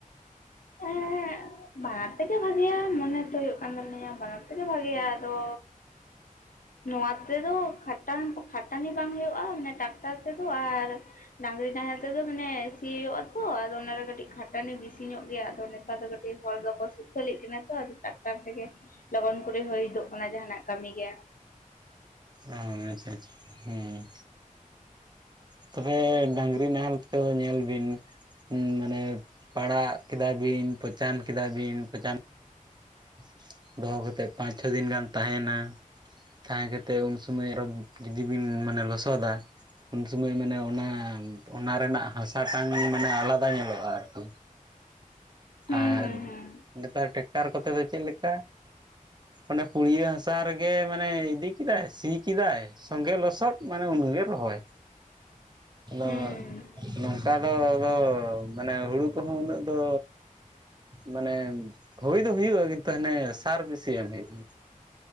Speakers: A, on the left; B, on the right.
A: ᱮᱸᱜ ᱵᱟᱱᱟᱨ ᱛᱮᱜᱮ ᱵᱷᱟᱜᱮᱭᱟ ᱢᱚᱱᱮ ᱛᱚ ᱦᱩᱭᱩᱜ ᱠᱟᱱ ᱛᱟᱞᱤᱧᱟ ᱵᱟᱱᱟᱨ ᱛᱮᱜᱮ ᱵᱷᱟᱜᱮᱭᱟ ᱟᱫᱚ ᱱᱚᱣᱟ ᱛᱮᱫᱚ ᱠᱷᱟᱴᱟᱱ ᱠᱷᱟᱴᱟᱱᱤ ᱵᱟᱝ ᱦᱩᱭᱩᱜᱼᱟ ᱢᱟᱱᱮ ᱴᱟᱠᱴᱟᱨ ᱛᱮᱫᱚ ᱟᱨ ᱰᱟᱝᱨᱤ ᱱᱟᱦᱮᱞ ᱛᱮᱫᱚ ᱢᱟᱱᱮ ᱥᱤ ᱦᱩᱭᱩᱜ-ᱟ ᱛᱚ ᱟᱫᱚ ᱚᱱᱟᱨᱮ ᱠᱟᱹᱴᱤᱡ ᱠᱷᱟᱴᱟᱱᱤ ᱵᱤᱥᱤ ᱧᱚᱜ ᱜᱮᱭᱟᱢ ᱟᱫᱚ ᱱᱮᱛᱟᱨ ᱫᱚ ᱠᱟᱹᱴᱤᱡ ᱦᱚᱲ ᱫᱚᱠᱚ ᱥᱩᱠᱷᱟᱹᱞᱤᱜ ᱠᱟᱱᱟ ᱛᱚ ᱟᱫᱚ ᱴᱟᱠᱴᱟᱨ ᱛᱮᱜᱮ ᱞᱚᱜᱚᱱ ᱠᱚᱨᱮ ᱦᱤᱛ ᱦᱚᱫᱚᱜ ᱠᱟᱱᱟ ᱡᱟᱦᱟᱱᱟᱜ ᱠᱟᱹᱢᱤ ᱜᱮ᱾
B: ᱟᱪᱪᱷᱟ ᱪᱷᱟ ᱦᱮᱸ᱾ ᱛᱚᱵᱮ ᱰᱟᱝᱨᱤ ᱱᱟᱦᱮᱞ ᱛᱚ ᱧᱮᱞ ᱵᱤᱱ ᱩᱸ ᱢᱟᱱᱮ ᱯᱟᱲᱟᱜ ᱠᱮᱫᱟ ᱵᱤᱱ ᱯᱚᱪᱟᱱ ᱠᱮᱫᱟ ᱵᱤᱱ ᱯᱚᱪᱟᱱ <inaudible> ᱫᱚᱦᱚ ᱠᱟᱛᱮᱫ ᱯᱟᱸᱪ ᱪᱷᱚ ᱫᱤᱱ ᱜᱟᱱ ᱛᱟᱦᱮᱱᱟ, ᱛᱟᱦᱮᱸ ᱠᱟᱛᱮᱫ ᱩᱱ ᱥᱩᱢᱟᱹᱭ ᱟᱨᱚ ᱡᱩᱫᱤ ᱵᱤᱱ ᱢᱟᱱᱮ ᱞᱚᱥᱚᱫᱟ ᱩᱱ ᱥᱚᱢᱚᱭ ᱢᱟᱱᱮ ᱚᱱᱟ ᱚᱱᱟ ᱨᱮᱱᱟᱜ ᱦᱟᱥᱟᱴᱟᱝ ᱢᱟᱱᱮ ᱟᱞᱟᱫᱟ ᱧᱮᱞᱚᱜᱼᱟ ᱟᱨᱠᱤ᱾
A: ᱦᱩᱸ
B: ᱟᱨ
A: ᱦᱩᱸ ᱦᱩᱸ
B: ᱱᱮᱛᱟᱨ ᱴᱮᱠᱴᱟᱨ ᱠᱚᱛᱮ ᱫᱚ ᱪᱮᱫ ᱞᱮᱠᱟ? ᱚᱸᱰᱮ ᱯᱩᱲᱤᱭᱟᱹ ᱦᱟᱥᱟ ᱨᱮᱜᱮ ᱢᱟᱱᱮ ᱤᱫᱤ ᱠᱮᱫᱟᱭ ᱥᱤ ᱠᱮᱫᱟᱭ ᱥᱚᱸᱜᱮ ᱞᱚᱥᱚᱫ ᱢᱟᱱᱮ ᱩᱱᱟᱹᱜᱮ ᱨᱚᱦᱚᱭ᱾
A: <inaudible> ᱦᱩᱸ
B: ᱟᱫᱚ ᱱᱚᱝᱠᱟ ᱫᱚ ᱟᱫᱚ ᱢᱟᱱᱮ ᱦᱩᱲᱩ ᱠᱚᱦᱚᱸ ᱩᱱᱟᱹᱜ ᱫᱚ ᱢᱟᱱᱮ ᱦᱩᱭ ᱫᱚ ᱦᱩᱭᱩᱜᱼᱟ ᱠᱤᱱᱛᱩ ᱦᱟᱱᱮ ᱥᱟᱨ ᱵᱮᱥᱤ ᱮᱢ ᱦᱩᱭᱩᱜ ᱠᱟᱱᱟ᱾